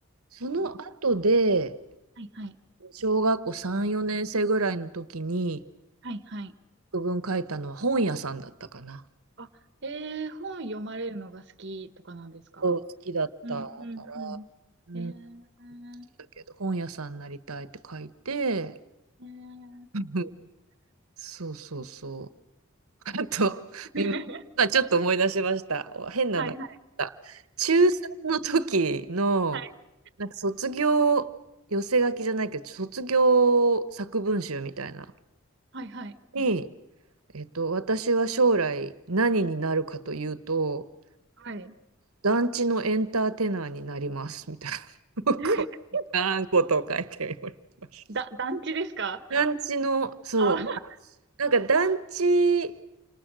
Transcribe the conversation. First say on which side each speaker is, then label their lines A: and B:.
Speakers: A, on the right (about 85°); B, on the right (about 55°).
A: その後で、
B: かはいはい。
A: 小学校3、4年生ぐらいの時に、
B: はいはい。
A: 作文書いたのは本屋さんだったかな。
B: あ、えー、本読まれるのが好きとかなんですか
A: そう好きだったから、
B: うんうんうん。
A: うん、
B: えー、
A: だけど、本屋さんになりたいって書いて、
B: えー、
A: うんそうそうそう。あと、
B: <laughs>
A: 今、今ちょっと思い出しました。変なのあった。
B: はいはい
A: 中3の時の、
B: は
A: なんか卒業、寄せ書きじゃないけど、卒業作文集みたいな、
B: いはい。
A: に、えっと、私は将来何になるかというと、
B: はい。はい。
A: 団地のエンターテイナーになります、みたいな。<laughs> 僕はあんことを書いておりました。
B: <laughs> だ、団地ですか
A: 団地の、そう、
B: あ、
A: なんか団地、